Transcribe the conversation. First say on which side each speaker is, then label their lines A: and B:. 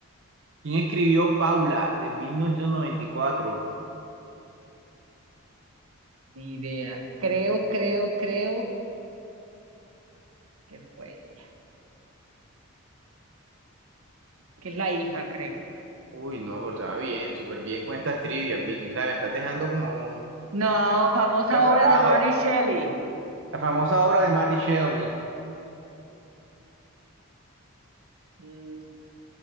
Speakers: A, on the right; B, on the right.
A: ¿Quién escribió Paula de mil novecientos noventa y cuatro?
B: ni idea. Creo, creo, creo que fue ella. Que es la hija, creo.
A: Uy, no, pero estaba bien, súper bien con estas trivias, Vicky. O sea, me estás dejando como un
B: No, famosa
A: retratado.
B: obra de Mary Shelley.
A: La famosa obra de Mary Shelley,
B: Mm,